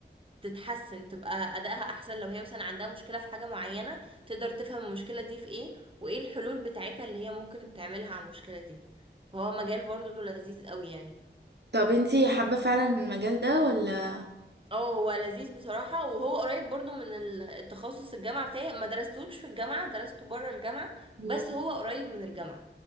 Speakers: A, on the right (about 30°); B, on the right (about 65°).
A: تتحسن تبقى أدائها أحسن لو هي مثلا عندها مشكلة في حاجة معينة تقدر تفهم المشكلة دي في إيه وإيه الحلول بتاعتها اللي هي ممكن تعملها على المشكلة دي فهو مجال برضو لذيذ قوي يعني
B: طب انتي حابة فعلا المجال ده ولا
A: اه هو لذيذ بصراحة وهو قريب برضو من ال- التخصص الجامعة بتاعي ما درستوش في الجامعة درسته بره الجامعة
B: مم.
A: بس هو قريب من الجامعة